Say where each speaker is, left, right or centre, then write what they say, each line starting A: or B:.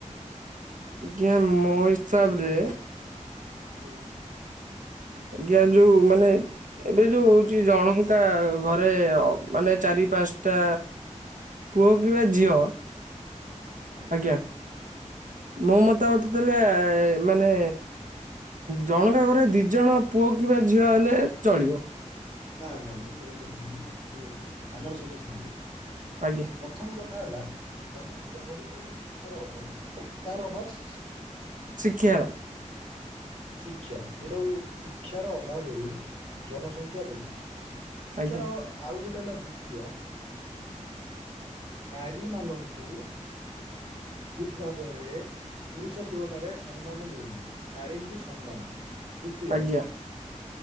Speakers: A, on the right (about 85°); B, on the right (about 45°).
A: ଆଜ୍ଞା ମୋ ହିସାବରେ
B: ହୁଁ।
A: ଆଜ୍ଞା ଯୋଉ ମାନେ ଏବେ ଯୋଉ ହଉଛି ଜଣଙ୍କା ଘରେ ମାନେ ଚାରି ପାଞ୍ଚଟା ପୁଅ କିବା ଝିଅ
B: ହଁ,
A: ଆଜ୍ଞା, ମୋ
B: ହୁଁ।
A: ମତାମତ ଦେଲେ-ଏ-ଏ-ଏ ମାନେ ଜଣକା ଘରେ ଦିଜଣ ପୁଅ କିମ୍ବା ଝିଅ ହେଲେ ଚଳିବ।
B: ନା ନା ମୁଁ କହୁଛି ଆପଣଙ୍କୁ ଆପଣ ଟିକେ ଧ୍ୟାନର ସହିତ ଶୁଣିବେ।
A: ଆଜ୍ଞା।
B: ପ୍ରଥମ କଥା ହେଲା ଜନସଂଖ୍ୟା ବଢୁଛି ଆମର ଶିକ୍ଷାର ଅଭାବ କାହାର ଅଭାବ?
A: ଶିକ୍ଷା ର।
B: ଶିକ୍ଷା ଯେଉଁଟାକୁ ଶିକ୍ଷାର ଅଭାବରୁ ଜନସଂଖ୍ୟା ବଢ଼ୁଛି। ଶିକ୍ଷାର
A: ଆଜ୍ଞା
B: ଅ ଆଉ ଗୋଟେ ହେଲା ଦ୍ଵିତୀୟ ନାରୀମାନ ଙ୍କୁ। ଠିକ ଭାବରେ ପୁରୁଷ ତୁଳନାରେ ସମ୍ମାନ ମିଳୁନି ନାରୀଙ୍କୁ ସ୍ ସମ୍ମାନ ଦ୍ୱିତୀୟ।
A: ଆଜ୍ଞା